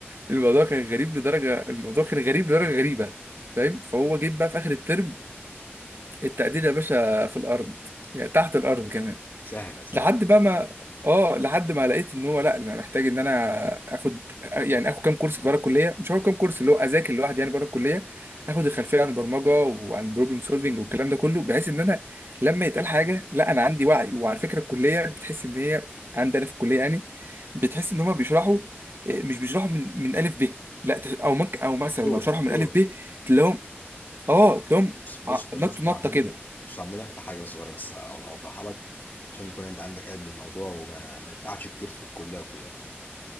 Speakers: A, on the right; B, on the left.
A: الموضوع كان غريب لدرجة الموضوع كان غريب لدرجة غريبة فاهم فهو جيب بقى في اخر الترم التقدير يا باشا في الارض يعني تحت الارض كمان
B: سهله سهله
A: لحد بقى ما اه لحد ما لقيت ان هو لا انا محتاج ان انا اخد يعني اخد كام كورس بره الكليه مش هاخد كام كورس اللي هو اذاكر لوحدي يعني بره الكليه اخد الخلفيه عن البرمجه وعن البروبلم سولفنج والكلام ده كله بحيث ان انا لما يتقال حاجه لا انا عندي وعي وعلى فكره الكليه بتحس ان هي عندنا في الكليه يعني بتحس ان هما بيشرحوا إيه، مش بيشرحوا من من الف ب لا تح- او ممكن او مثلا
B: شوف
A: لو شرحوا من
B: شوف
A: الف ب تلاقيهم اه تلاقيهم
B: بص بص
A: ع-
B: بص
A: نط نطه
B: يا عمنا
A: كده
B: بص يا عمنا في حاجه صغيره بس أو- اوضحها لك عشان يكون انت عندك علم بالموضوع وما ما تتعبش كتير في الكليه وكده